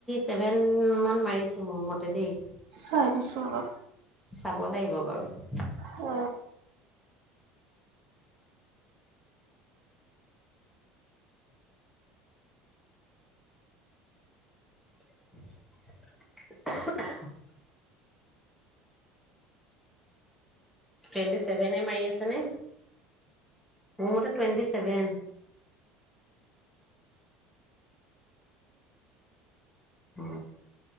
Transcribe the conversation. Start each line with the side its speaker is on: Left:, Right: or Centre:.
Centre: ছেভেন মান মাৰিছে মোৰ মতে দেই।
Right: চাই দিছো ৰবা।
Centre: চাব লাগিব বাৰু।
Right: উ।
Centre: <unintelligible> টুৱেণ্টি চেভেনে মাৰি আছেনে? মোৰ মতে টুৱেণ্টি চেভেন। উ,